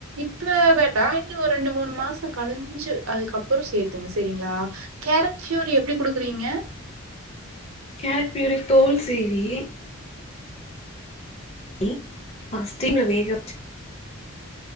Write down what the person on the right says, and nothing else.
இப்ப வ நா என்னப் ஒரு ரெண்டு மூணு மாசம் கழிஞ்சு அதுக்கப்பறொ சேர்த்துங்க சரிங்களா கேரட் ஃப்யூரி எப்டி குடுக்குறீங்க